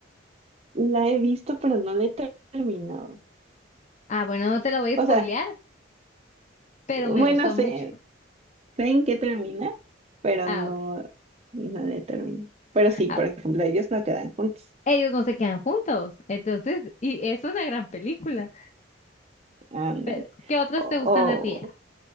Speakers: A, on the right; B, on the left.
A: La he visto, pero no la he terminado.
B: Ah, bueno, no te la voy a
A: O
B: spoilear,
A: sea,
B: pero
A: bueno,
B: me gustó
A: sé.
B: mucho.
A: sé en qué termina, pero
B: Ah,
A: no,
B: ok.
A: no determina. Pero sí,
B: Ah,
A: por ejemplo, ellos no quedan juntos.
B: ellos no se quedan juntos, entonces, y es una gran película.
A: Ándale.
B: Pero, ¿qué otras
A: O,
B: te gustan a ti?